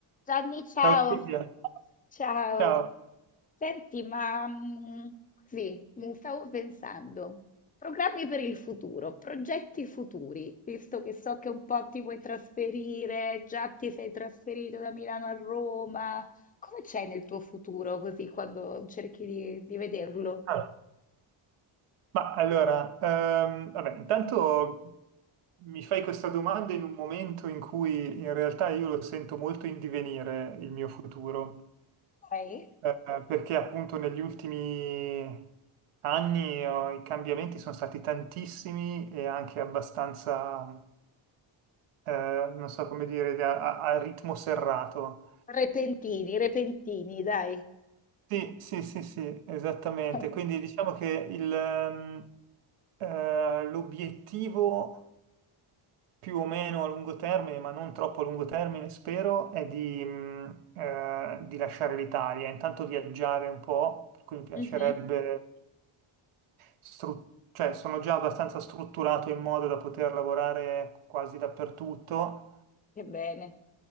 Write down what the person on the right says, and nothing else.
Ciao Silvia,
ciao.
Ah, ma allora, ehm, vabbè, intanto mi fai questa domanda in un momento in cui in realtà io lo sento molto in divenire il mio futuro,
eh, perché appunto negli ultimi anni eh, i cambiamenti sono stati tantissimi e anche abbastanza, eh, non so come dire, a a- a ritmo serrato.
Sì, sì, sì, sì, esattamente.
Quindi diciamo che il, ehm, eh, l'obiettivo più o meno a lungo termine, ma non troppo a lungo termine, spero, è di, mh, eh, di lasciare l'Italia, intanto viaggiare un po', per cui mi piacerebbe,
stru- cioè sono già abbastanza strutturato in modo da poter lavorare quasi dappertutto.